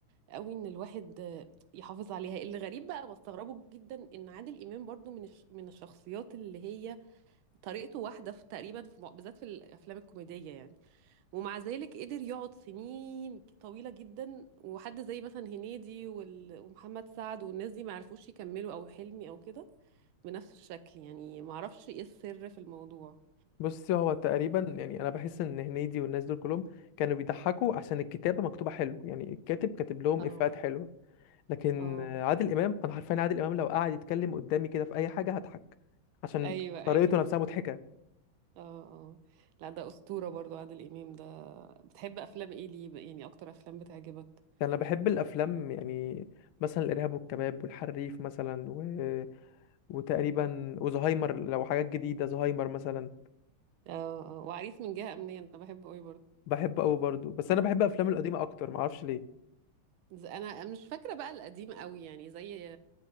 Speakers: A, on the right; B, on the left.
A: قوي ان الواحد آه، يحافظ عليها اللي غريب بقى بستغربه جدا ان عادل امام برضو من الش- من الشخصيات اللي هي طريقته واحدة في تقريبا في م- بالذات في الأفلام الكوميدية يعني ومع ذلك قدر يقعد سنين طويلة جدا وحد زي مثلا هنيدي وال- ومحمد سعد والناس دي ما عرفوش يكملوا أو حلمي أو كده بنفس الشكل يعني ما أعرفش إيه السر في الموضوع
B: بصي هو تقريبا يعني انا بحس ان هنيدي والناس دول كلهم كانوا بيضحكوا عشان الكتابه مكتوبه حلو يعني الكاتب كاتب لهم
A: اه
B: افيهات حلوه لكن
A: اه
B: آه، عادل امام انا حرفيا عادل امام لو قعد يتكلم قدامي كده في اي حاجه هضحك عشان
A: أيوه أيوه
B: طريقته نفسها مضحكه
A: اه اه لا ده أسطورة برضو عادل إمام ده بتحب أفلام إيه ليه يعني أكتر أفلام بتعجبك
B: يعني انا بحب الافلام يعني مثلا الارهاب والكباب والحريف مثلا و... وتقريبا
A: مم.
B: وزهايمر لو حاجات جديده زهايمر مثلا
A: اه اه وعريس من جهة أمنية أنا بحبه أوي
B: بحبه قوي برضو بس انا بحب افلام
A: برضو
B: القديمه اكتر معرفش ليه
A: ز- انا مش فاكره بقى القديم قوي يعني زي